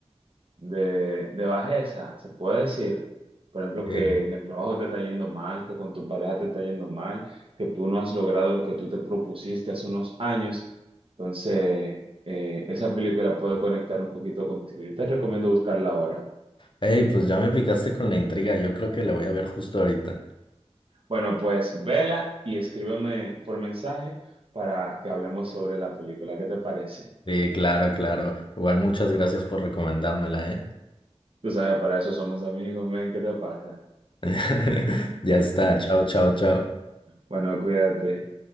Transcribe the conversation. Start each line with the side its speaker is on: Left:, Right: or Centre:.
Right: de, de bajeza, se puede decir, por ejemplo,
Left: Eh,
Right: que en el trabajo te está yendo mal, que con tu pareja te está yendo mal, que tú no has logrado lo que tú te propusiste hace unos años. Entonces, eh, esa película puede conectar un poquito contigo. Yo te recomiendo buscarla ahora.
Left: Ey, pues ya me picaste con la intriga. Yo creo que la voy a ver justo ahorita.
Right: Bueno, pues vela y escríbeme por mensaje para que hablemos sobre la película. ¿Qué te parece?
Left: Sí, claro, claro. Igual muchas gracias por recomendármela, ¿eh?
Right: Tú sabes, para eso somos amigos, men, ¿qué te pasa?
Left: <laughs> Ya está.
Right: <laughs>
Left: Chao, chao, chao.
Right: Bueno, cuídate.